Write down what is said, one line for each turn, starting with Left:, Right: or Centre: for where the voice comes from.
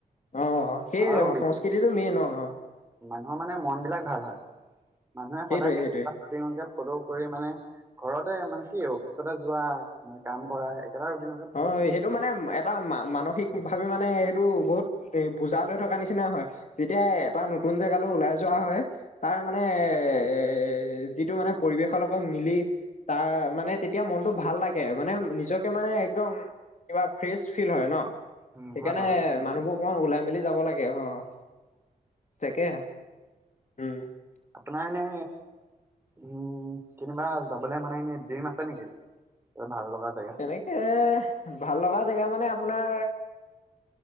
Left: অ সেইয়ে
Right: আৰু
Left: সংস্কৃতি- টো মেইন-
Right: নহয় মানে মন বিলাক ভাল হয়। মানুহে
Left: সেইটোৱে
Right: সদায়কে
Left: সেইটোৱে
Right: ফ'ল' কৰি মানে- ঘৰতে মানে কি অফিচতে যোৱা মানে কাম কৰা- একেটা ৰুটিনতে ফ'ল'
Left: অ 'সেইটো মানে এটা মানসিক- ভাবে মানে সেইটো বহুত এ বুজা লৈ থকা নিচিনা হয়, যেতিয়া এটা নতুন জেগালৈ ওলাই যোৱা হয় তাৰ মানে এ যিটো মানে পৰিৱেশৰ লগত মিলি তাৰ মানে তেতিয়া মনতটো ভাল লাগে মানে নিজকে মানে- দম। <unintelligible> কিবা ফ্ৰেচ ফিল হয় ন।
Right: উম,
Left: সেইকাৰণে
Right: হয় বাৰু সেইটো।
Left: মানুহবোৰ- অকমান ওলাই মেলি যাব লাগে অ- তাকে উম
Right: আপোনাৰ এনে উম কেনিবা- যাবলে মানে এনেই জিম আছে নেকি? ভাল লগা জেগা?
Left: তেনেকে ভাল লগা জেগা মানে- আপোনাৰ